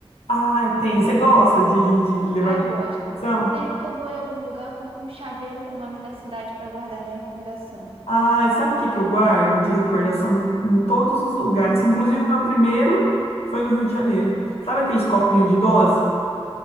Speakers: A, on the left; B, on the right.
A: Ai, tem. Você gosta de, de levar
B: Ah, eu
A: de
B: gosto.
A: competição?
B: Sempre que eu vou em algum lugar, eu compro um chaveiro com o nome da cidade para guardar de recordação.
A: Ai, sabe o que que eu guardo de recordação em todos os lugares? Inclusive, o meu primeiro foi no Rio de Janeiro. Sabe aqueles copinhos de dose?